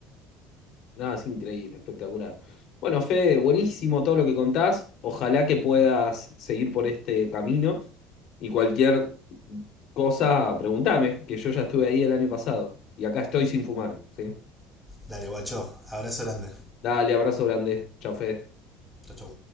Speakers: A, on the left (about 55°); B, in the centre.
A: no, es increíble, espectacular. Bueno, Fede, buenísimo todo lo que contás. Ojalá que puedas seguir por este camino. Y cualquier cosa, preguntame, que yo ya estuve ahí el año pasado. Y acá estoy sin fumar, ¿sí?
B: Dale, guacho. Abrazo grande.
A: Dale, abrazo grande. Chao, Fede.
B: Chau, chau.